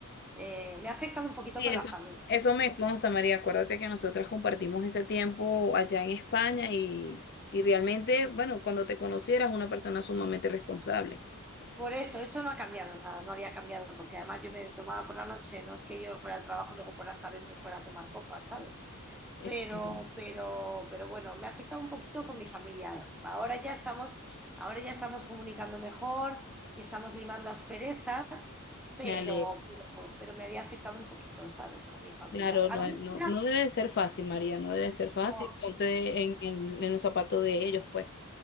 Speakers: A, in the centre; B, on the left (about 50°).
A: eh, me ha afectado un poquito
B: Sí,
A: con
B: eso,
A: la familia.
B: eso me consta, María. Acuérdate que nosotras compartimos ese tiempo allá en España y, y realmente, bueno, cuando te conocieras, una persona sumamente responsable.
A: Por eso, esto no ha cambiado nada, no había cambiado, porque además yo me tomaba por la noche, no es que yo fuera al trabajo y luego por las tardes me fuera a tomar copas, ¿sabes?
B: Excelente.
A: Pero, pero, pero bueno, me ha afectado un poquito con mi familia. Ahora ya estamos, ahora ya estamos comunicando mejor y estamos limando asperezas, pero,
B: Me alegro.
A: pero, pero me había afectado un poquito, ¿sabes? Con mi familia.
B: Claro,
A: ¿Alguna
B: no, no,
A: amiga?
B: no debe de ser fácil, María, no debe de ser fácil.
A: No.
B: Ponte en, en, en los zapatos de ellos, pues.